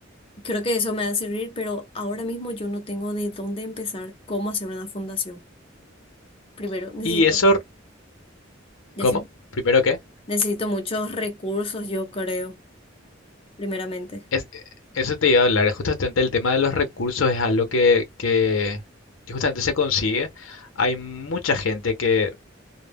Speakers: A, on the left; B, on the left.
A: Creo que eso me va a servir, pero ahora mismo yo no tengo de dónde empezar cómo hacer una fundación. Primero, necesito,
B: ¿Y eso,
A: mu- decime.
B: cómo? ¿Primero qué?
A: necesito muchos recursos, yo creo, primeramente.
B: Es, eh, eso te iba a hablar. Justamente el tema de los recursos es algo que, que que justamente se consigue. Hay mucha gente que